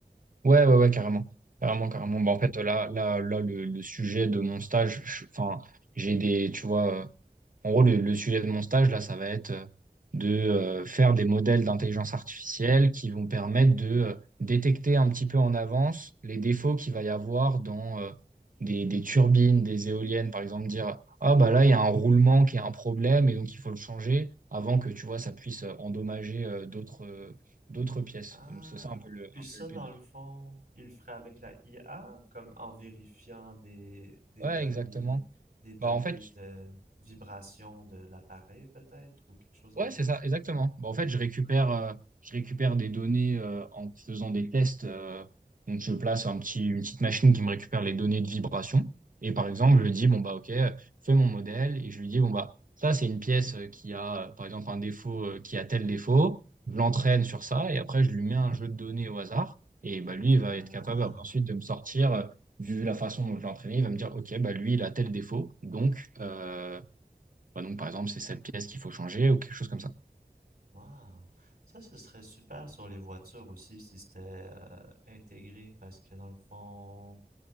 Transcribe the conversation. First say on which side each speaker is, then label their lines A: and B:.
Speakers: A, on the right; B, on the right.
A: Ouais, ouais, ouais, carrément. Carrément,
B: Hmm.
A: carrément. Bah, en fait, là, là, là, le, le sujet de mon stage, je- enfin, j'ai des, tu vois, euh, en gros, le, le sujet de mon stage, là, ça va être euh, de euh, faire des modèles d'intelligence artificielle qui vont permettre de euh, détecter un petit peu en avance les défauts qu'il va y avoir dans euh, des, des turbines, des éoliennes, par exemple, dire, ah, bah là, il y a un roulement qui est un problème et donc il faut le changer avant que, tu vois, ça puisse euh, endommager euh, d'autres, euh, d'autres pièces.
B: Ah!
A: Donc, c'est ça un peu le,
B: Puis
A: un
B: ça,
A: peu le but
B: dans le fond, il le ferait avec la IA, comme en vérifiant des, des
A: Ouais,
B: données,
A: exactement.
B: des données
A: Bah, en fait,
B: de vibration de l'appareil, peut-être, ou quelque chose dans
A: ouais,
B: le genre?
A: c'est ça, exactement. Bah,
B: Ouais.
A: en fait, je récupère, euh, je récupère des données euh, en faisant des tests. euh, donc, je place un petit, une petite machine qui me récupère les données de vibration. Et par
B: Mhm,
A: exemple,
B: mhm,
A: je lui dis, bon, bah, OK, euh, fais mon modèle. Et je lui dis, bon, bah, ça, c'est une pièce euh, qui a, euh, par exemple, un défaut, euh, qui a tel défaut. Je l'entraîne
B: mhm.
A: sur ça. Et après, je lui mets un jeu de données au hasard. Et bah, lui, il
B: Ah!
A: va être capable après, ensuite de me sortir, euh, vu la façon dont je l'ai entraîné, il va me dire, OK, bah, lui, il a tel défaut. Donc, euh, Bah, donc, par exemple, c'est cette pièce qu'il faut changer ou quelque chose comme ça.
B: Wow, Ça, ce serait super sur les voitures aussi si c'était euh, intégré parce que dans le fond,